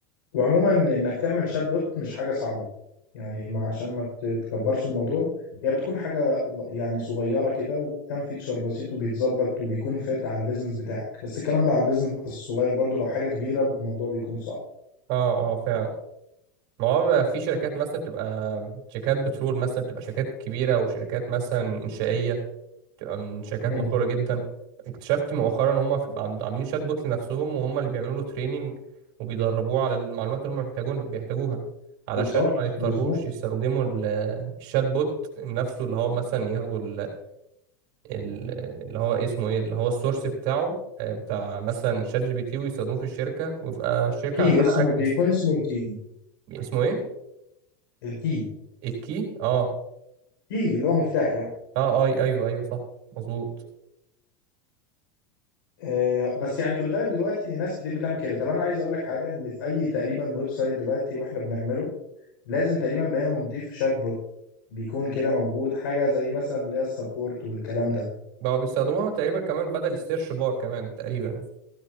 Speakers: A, on the left; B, on the right.
A: وعموما انك تعمل شات بوت مش حاجه صعبه يعني ما عشان ما تكبرش الموضوع هي بتكون حاجه يعني صغيره كده وكم فيتشر بسيط وبيتظبط وبيكون فات على البيزنس بتاعك بس الكلام ده على البيزنس الصغير برضو لو حاجه كبيره الموضوع بيكون صعب
B: اه اه فعلا ما هو بقى في شركات مثلا بتبقى شركات بترول مثلا بتبقى شركات كبيره وشركات مثلا انشائيه بتبقى من شركات
A: امم
B: مشهوره جدا اكتشفت مؤخرا ان هم في- عند- عاملين شات بوت لنفسهم وهم اللي بيعملوا له تريننج وبيدربوه على المعلومات اللي هم محتاجون بيحتاجوها علشان
A: بالظبط
B: ما يضطروش
A: بالظبط
B: يستخدموا ال- الشات بوت نفسه اللي هو مثلا ياخدوا ال- اللي هو إيه اسمه ايه اللي هو السورس بتاعه آه، بتاع مثلا شات جي بي تي ويستخدموه في الشركه ويبقى الشركه
A: كي
B: عندها
A: اسمه
B: اكسس
A: بيكون اسمه الكي
B: اسمه ايه
A: الكي
B: الكي اه
A: كي اللي هو مفتاح يعني
B: اه اي ايوه ايوه صح مظبوط
A: آه بس يعني في الغالب دلوقتي ناس كتير بتعمل كده طب انا عايز اقول لك حاجه ان في اي تقريبا ويب سايت دلوقتي واحنا بنعمله لازم تقريبا بقينا بنضيف شات بوت بيكون كده موجود حاجه زي مثلا اللي هي السبورت والكلام ده
B: بقوا بيستخدموها تقريبا كمان بدل السيرش بار كمان تقريبا